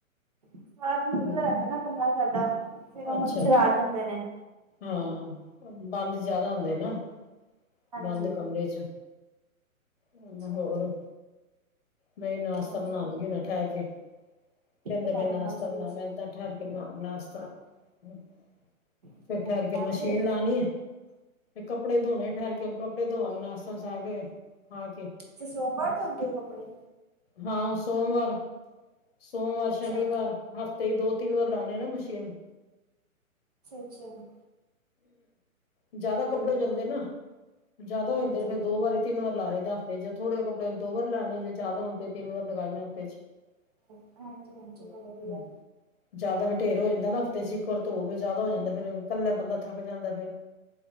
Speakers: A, on the right (about 30°); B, on the left (about 45°).
A: ਸਾਰਾ ਦਿਨ
B: ਹੈ।
A: ਖੁੱਲਾ ਰਹਦਾ ਨਾ ਕਮਰਾ ਸਾਡਾ ਫਿਰ ਉਹ
B: ਅੱਛਾ
A: ਮੱਛਰ ਆ ਜਾਂਦੇ ਨੇ
B: ਹਾਂ ਬੰਦ ਜਿਆਦਾ ਹੁੰਦੇ ਨਾ
A: ਹਾਂਜੀ
B: ਬੰਦ ਕਮਰੇ ਚ ਹਨ
A: ਹਾਂਜੀ
B: ਹੋਰ ਮੈਂ ਨਾਸ਼ਤਾ
A: ਹੋਰ
B: ਬਣਾਵਾਂਗੀ
A: ਕੀ
B: ਠਹਿਰ ਕੇ ਕਹਿੰਦੇ
A: ਬਣਾਣਾ
B: ਪ ਨਾਸ਼ਤਾ
A: ਨਾਸ਼ਤੇ
B: ਬਣਾ
A: ਚ
B: ਮੈਂ
A: ਕੀ
B: ਏਦਾਂ ਠੈਰ ਕੇ ਬਨਾਉ ਨਾਸਤਾ, ਫੇਰ
A: ਬਣਾਣਾ
B: ਠੈਰ ਕੇ
A: ਪਰਾਂਠੇ
B: ਮਸ਼ੀਨ ਲਾਨੀ ਏ। ਫ ਕੱਪੜੇ ਧੋਣੇ ਠਹਿਰ ਕੇ ਕੱਪੜੇ ਧੋਵਾਂਗੇ ਨਾਸ਼ਤਾਸਤਾ ਕੇ ਖਾ ਕੇ
A: ਤੇ ਸੋਮਵਾਰ ਤੁੁੰਦੇ ਹੋ ਕੱਪੜੇ
B: ਹਾਂ ਸੋਮਵਾਰ ਸੋਮਵਾਰ ਸ਼ਨੀਵਾਰ।
A: ਅੱਛਾ
B: ਹਫ਼ਤੇ ਹੀ ਦੋ ਤਿੰਨ ਵਾਰ ਲਾਉਣੇ ਨਾ ਮਸ਼ੀਨ।
A: ਅੱਛਾ ਅੱਛਾ <unintelligible>
B: ਜਿਆਦਾ ਕੱਪੜੇ
A: ਵਧੀਆ
B: ਹੋ ਜਾਂਦੇ ਨਾ ਜਿਆਦਾ ਹੋ
A: ਹਾਂਜੀ
B: ਜਾਂਦੇ ਫਿਰ ਦੋ ਵਾਰੀ ਤਿੰਨ ਵਾਰ ਲਾ ਲਈ ਹਫਤੇ ਜਾਂ ਥੋੜੇ ਕਪੜੇ ਦੋ ਵਾਰੀ ਲਾ ਲਈ ਜੇ ਜ਼ਿਆਦਾ ਹੌਣ ਤੇ ਤਿੰਨ ਵਾਰ ਲਗਾਏਣੇ ਹਫ਼ਤੇ ਚ <unintelligible>
A: ਹਾਂਜੀ ਹਾਂਜੀ ਚਲੋ ਵਧੀਆ
B: ਜ਼ਿਆਦਾ ਵੀ ਡੇਰ ਹੋ ਜਾਂਦਾ ਨਾ ਹਫ਼ਤੇ ਚ ਇੱਕ ਵਾਰ ਧੋ ਕੇ ਜ਼ਿਆਦਾ ਹੋ ਜਾਂਦਾ, ਫੇਰ ਇਕੱਲਾ ਬੰਦਾ ਥੱਕ ਜਾਂਦਾ ਫਿਰ।